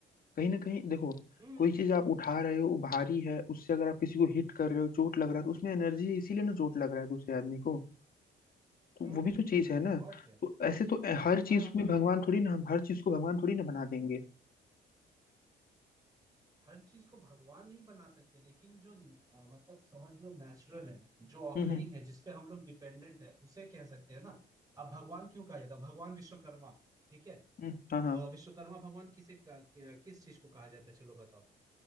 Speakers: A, on the left (about 45°); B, on the right (about 20°).
A: कहीं ना कहीं देखो
B: हम्म
A: कोई चीज आप उठा रहे हो वो भारी है उससे अगर आप किसी को हिट कर रहे हो चोट लग रहा है तो उसमें एनर्जी है इसीलिए ना चोट लग रहा है दूसरे आदमी को तो
B: हम्म
A: वो भी तो चीज है ना
B: और क्या
A: तो ऐसे तो हर
B: हाँ
A: चीज में भगवान थोड़ी ना हम हर चीज को भगवान थोड़ी ना बना देंगे
B: हर चीज को भगवान नहीं बना सकते लेकिन जो अ, मतलब समझ लो नेचुरल है जो ऑकरिंग
A: हम्म हम्म
B: है जिसपे हम लोग डिपेंडेंट है उसे कह सकते हैं ना अब भगवान क्यों कहा जाता है भगवान विश्वकर्मा ठीक है
A: हम्म, हाँ हाँ
B: अ, विश्वकर्मा भगवान किसे का- कि- किस चीज को कहा जाता है चलो बताओ